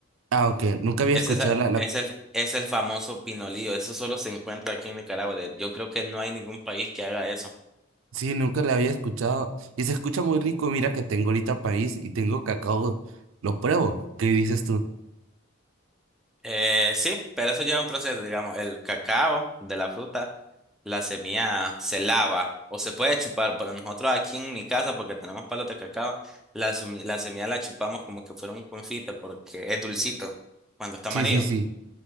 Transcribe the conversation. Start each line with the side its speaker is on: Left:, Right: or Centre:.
Right: Ah, ok. Nunca había
Centre: Ese
Right: escuchado
Centre: es,
Right: la, la...
Centre: es el, es el famoso pinolillo. Eso solo se encuentra aquí en Nicaragua. De- Yo creo que no hay ningún país que haga eso.
Right: Sí, nunca la había escuchado. Y se escucha muy rico. Mira que tengo ahorita maíz y tengo cacao. Lo pruebo. ¿Qué dices tú?
Centre: Eh, sí, pero eso lleva un proceso, digamos, el cacao de la fruta, la semilla se lava o se puede chupar, pero nosotros aquí en mi casa, porque tenemos palos de cacao, la, sumi- la semilla la chupamos como que fuera un confite porque es dulcito cuando está amarillo.
Right: Sí, sí, sí.